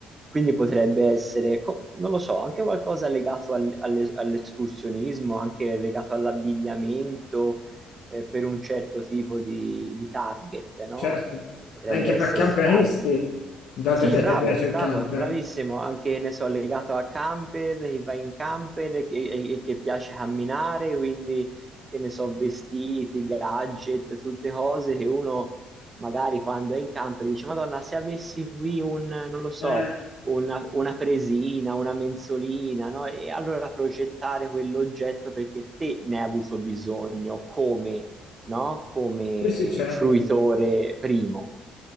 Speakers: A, on the right; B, on the left.
A: Quindi potrebbe essere, co- non lo so, anche qualcosa legato al- alle- all'escursionismo, anche legato all'abbigliamento, eh, per un certo tipo di, di target, no?
B: Certo,
A: Che potrebbe
B: anche
A: essere
B: per camperisti,
A: il target
B: dato
A: sì,
B: che a
A: bravo,
B: te piace il
A: bravo,
B: camper.
A: bravissimo. Anche, ne so, legato a camper, che va in camper e, e- e che piace camminare, quindi, che ne so, vestiti, gadget, tutte cose che uno magari quando è in camper dice, Madonna, se avessi qui un, non lo so,
B: Eh,
A: una, una presina, una mensolina, no? E allora progettare quell'oggetto perché te ne hai avuto bisogno come, no? Come
B: sì, sì, certo.
A: fruitore primo.